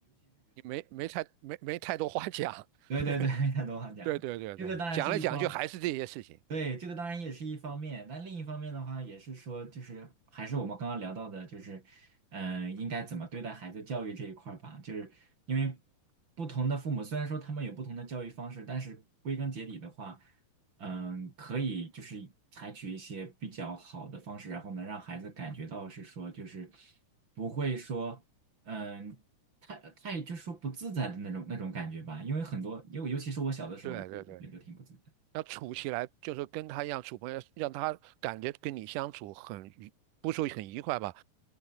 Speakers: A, on the right; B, on the right.
A: 你没没太没没太多话讲。
B: 对对对，<laughs> 他都话讲，
A: <laughs> 对对对对，
B: 这个当然是一方，
A: 讲来讲去还是这些事情。
B: 对，这个当然也是一方面，但另一方面的话，也是说，就是还是我们刚刚聊到的，就是，嗯、应该怎么对待孩子教育这一块儿吧，就是因为不同的父母，虽然说他们有不同的教育方式，但是归根结底的话，嗯，可以就是采取一些比较好的方式，然后能让孩子感觉到是说，就是不会说。嗯，太太就是说不自在的那种那种感觉吧，因为很多，因为尤其是我小的时候，
A: 对对对。
B: 我也会觉得挺不自在，
A: 要处起来，就是跟他一样处朋友，让他感觉跟你相处很愉，不说很愉快吧，